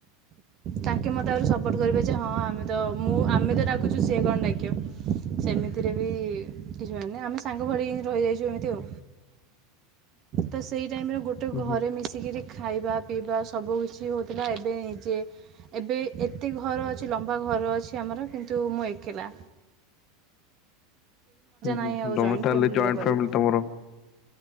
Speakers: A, on the right; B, on the left.
A: ତାଙ୍କେ ମତେ ଆହୁରି ସପୋର୍ଟ କରିବେ ଯେ ହଁ ଆମେ ତ ମୁଁ ଆମେ ତ ଡାକୁଛୁ ସିଏ କଣ ଡାକିବ। ସେମିତିରେ ବି କିଛି ଭାବନି ଆମେ ସାଙ୍ଗ ଭଳି ହିଁ ରହିଯାଇଛୁ ଏମିତି ଆଉ। ତ ସେଇ ଟାଇମରେ ଗୋ ଟେ
B: ହୁଁ
A: ଘରେ ମିଶିକିରି ଖାଇବା ପିଇବା ସବୁ କିଛି ହଉଥିଲା ଏବେ ନିଜେ। ଏବେ ଏତେ ଘର ଅଛି ଲମ୍ବା ଘର ଅଛି ଆମର କିନ୍ତୁ ମୁଁ ଏକଲା।
B: ହୁଁ
A: ନାହିଁ
B: ହୁଁ ହୁଁ
A: ଆଉ
B: ତମେ
A: ଜଏଣ୍ଟ
B: ତାହେଲେ
A: ଫ୍ୟାମିଲିର
B: ଜଏଣ୍ଟ
A: ପରି
B: ଫ୍ୟାମିଲି ତମର।